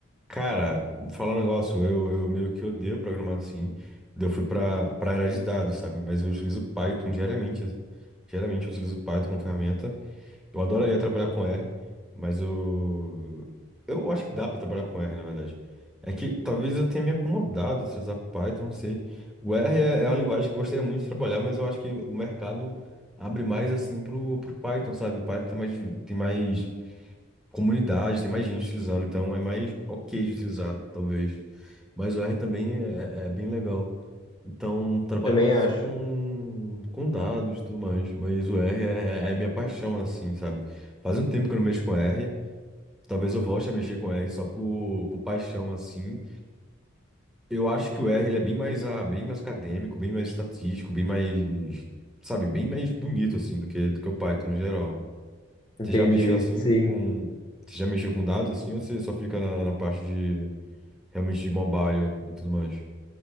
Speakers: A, in the centre; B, on the left.
A: Cara, falar um negócio, eu, eu meio que odeio programar assim. Daí Eu fui pra, pra área de dados, sabe? Mas eu utilizo Python diariamente. Diariamente eu utilizo Python como ferramenta. Eu adoraria trabalhar com R, mas eu. Eu acho que dá pra trabalhar com R, na verdade. É que talvez eu tenha me acomodado a utilizar Python, não sei. O R é, é uma linguagem que eu gostaria muito de trabalhar, mas eu acho que o mercado abre mais assim pro, pro Python, sabe? Python tem mais, tem mais comunidade, tem mais gente utilizando, então é mais ok de utilizar, talvez. Mas o R também é, é é bem legal. Então, trabalho
B: Também
A: mais
B: acho.
A: assim com, com dados e tudo mais. Mas o R é, é é minha paixão, assim, sabe? Faz um tempo que eu não mexo com R. Talvez eu volte a mexer com R só por, por paixão, assim. Eu acho que o R ele é bem mais, a, bem mais acadêmico, bem mais estatístico, bem mais, sabe, bem mais bonito, assim, do que, do que o Python no geral.
B: Entendi.
A: Você já mexeu assim
B: Sim.
A: com. Você já mexeu com dados assim ou você só fica na, na parte de. Realmente de mobile e tudo mais?